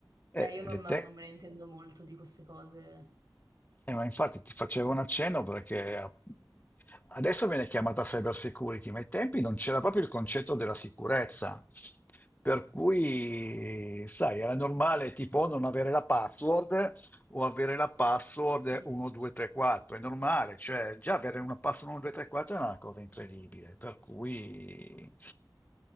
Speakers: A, on the left; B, on the right.
A: eh,
B: Eh, io non,
A: le
B: non
A: te-
B: me ne intendo molto di queste cose.
A: eh, ma infatti ti facevo un accenno perché a- adesso viene chiamata cyber security, ma ai tempi non c'era proprio il concetto della sicurezza. Per cui, sai, era normale tipo non avere la password o avere la password
B: Mm.
A: 1234. È normale, cioè già avere una password 1234 è una cosa incredibile, per cui,